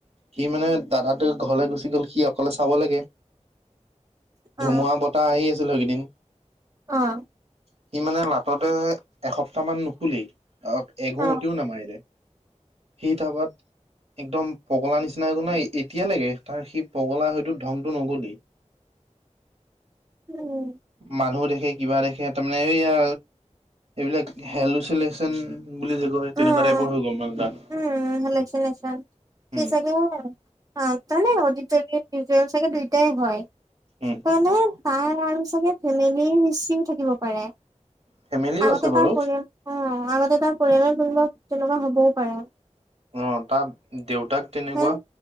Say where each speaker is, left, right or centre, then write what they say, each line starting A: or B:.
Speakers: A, on the right; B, on the right.
A: সি মানে দাদাটো ঘৰলে গুচি গ'ল সি অকলে চাব লাগে। ধুমুহা
B: অ
A: বতাহ আহি আছিলো এগেদিন।
B: অঁ।
A: সি মানে লাটতে এসপ্তাহ মান নুখুলেই অঁ। এঘুমতিও
B: অ
A: নামাৰিলে সি থাবাত একদম পগলা নিচিনা এজনয় এতিয়ালেকে তাৰ সি পগলা হয়তো ধংটো নগ'লেই।
B: উম'।
A: মানুহ দেখে কিবা দেখে, তাৰমানে এইয়া এইবিলাক হেলচিলেচন বুলি যে কয় তেনেকুৱা
B: অঁ,
A: টাইপৰ হৈ গ'ল মানে তাত
B: উম' হে লেচেন লেচেন সি
A: উম
B: চাগে- অ' তানে অডিটৰিয়াম মিউজেল চাগে দুইটাই হয়।
A: উম
B: মানে তাই আৰু চাগে ফেমিলিৰ হিষ্ট্ৰীও থাকিব পাৰে।
A: ফেমিলিও
B: আগতে
A: আছে বাৰু
B: তাৰ পৰিয়াল অঁ' আগতে তাৰ পৰিয়ালৰ কোনোবা তেনকা হ'বও পাৰে।
A: অঁ' তাত দেউতাক তেনেকুৱা,
B: কাৰণ